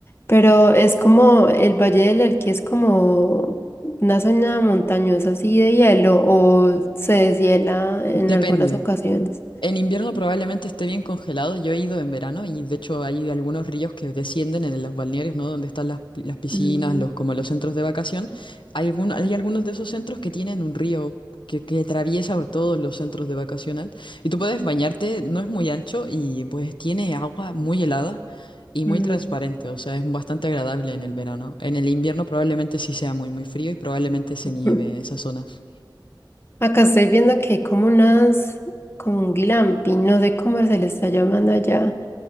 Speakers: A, on the left (about 30°); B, on the left (about 80°).
A: Pero es como el Valle del Elqui es como una zona montañosa así de hielo o se deshiela en
B: Depende.
A: algunas ocasiones.
B: En invierno probablemente esté bien congelado. Yo he ido en verano y de hecho hay algunos ríos que descienden en los balnearios, ¿no? Donde están las, pi- las piscinas,
A: Mm,
B: los, como los centros de vacación. Hay, algún- hay algunos de esos centros que tienen un río que, que atraviesa todos los centros de vacacional. Y tú puedes bañarte, no es muy ancho y pues tiene agua muy helada y muy
A: mm.
B: transparente. O sea, es bastante agradable en el verano. En el invierno probablemente sí sea muy, muy frío y probablemente se
A: <laughs>
B: nieve en esas zonas.
A: Acá estoy viendo que hay como unas, como un glamping, no sé cómo se le está llamando allá,